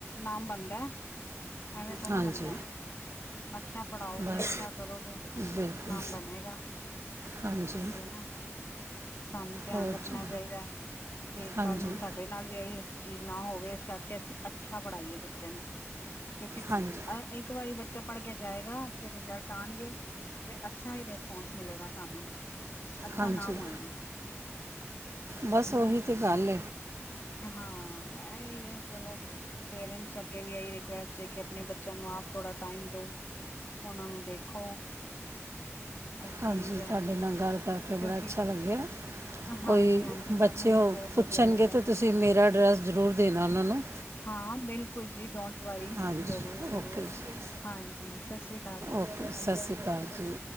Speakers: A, on the left (about 50°); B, on the right (about 65°).
A: ਨਾਮ ਬਣਦਾ। ਐਵੇਂ ਥੋੜ
B: ਹਾਂਜੀ
A: ਨਾ ਬਣਦਾ। ਅੱਛਾ ਪੜ੍ਹਾਓਗੇ
B: ਬਸ
A: ਅੱਛਾ ਕਰੋਗੇ
B: ਬਿਲਕੁਲ
A: ਨਾਮ ਬਣੇਗਾ।
B: ਹਾਂਜੀ।
A: ਇਹੀ ਹੈ ਨਾ ਸਾਨੂੰ ਧਿਆਨ
B: ਹੋਰ
A: ਰੱਖਣਾ
B: ਜੀ
A: ਚਾਹੀਦਾ ਕਿ
B: ਹਾਂਜੀ
A: ਕੱਲ ਨੂੰ ਸਾ ਸਾਡੇ ਨਾਲ ਵੀ ਇਹੀ ਅਸੀ ਚੀਜ਼ ਨਾ ਹੋਵੇ ਇਸ ਕਰਕੇ ਅਸੀਂ ਅੱਛਾ ਪੜ੍ਹਾਈਏ ਬੱਚੇ ਨੂੰ ਕਿਉਂਕਿ
B: ਹਾਂਜੀ
A: ਇੱਕ ਵਾਰੀ ਬੱਚਾ ਪੜ੍ਹ ਕੇ ਜਾਏਗਾ ਅੱਛੇ ਰਿਜ਼ਲਟ ਟਣਗੇ ਤੇ ਅੱਛਾ ਹੀ ਰਿਸਪੋਂਸ ਮਿਲੇਗਾ ਸਾਨੂੰ ਹੀ ਅੱਛਾ
B: ਹਾਂਜੀ
A: ਨਾਮ ਹੋਏਗਾ।
B: ਬਸ
A: ਹਨਾ
B: ਉਹੀ ਤਾਂ ਗੱਲ
A: ਹਾਂ ਇਹ ਹੀ ਹੈ ਚਲੋ। ਪੇਰੈਂਟਸ ਅੱਗੇ ਵੀ ਇਹੀ ਰਿਕੁਸਟ ਕਿ ਆਪਣੇ ਬੱਚਿਆਂ ਨੂੰ ਆਪ ਥੋੜਾ ਟਾਈਮ ਦੋ। ਉਹਨਾਂ ਨੂੰ ਦੇਖੋ। ਇਹ ਚੀਜ਼
B: ਹਾਂਜੀ
A: ਹੈ
B: ਤੁਹਾਡੇ ਨਾਲ ਗੱਲ ਕਰਕੇ
A: ਕਿਉਂਕਿ
B: ਬੜਾ ਅੱਛਾ ਲੱਗਿਆ।
A: ਹਾਂਜੀ
B: ਕੋਈ
A: ਹਾਂਜੀ
B: ਬੱਚੇ
A: ਮੈਨੂੰ ਵੀ
B: ਹੋ
A: ਬਹੁਤ
B: ਪੁੱਛਣਗੇ
A: ਵਧੀਆ ਲੱਗਾ
B: ਤਾਂ ਤੁਸੀਂ ਮੇਰਾ ਐਡਰੈਸ ਜ਼ਰੂਰ ਦੇਣਾ ਉਹਨਾਂ ਨੂੰ
A: ਹਾਂ ਬਿਲਕੁਲ ਜੀ ਡੋਂਟ ਵਰੀ
B: ਹਾਂਜੀ
A: ਜ਼ਰੂਰ ਜ਼ਰੂਰ
B: ਓਕੇ ਜੀ
A: ਹਾਂਜੀ ਸਤਿ ਸ਼੍ਰੀ
B: ਓਕੇ ਸਤਿ ਸ਼੍ਰੀ ਅਕਾਲ ਜੀ।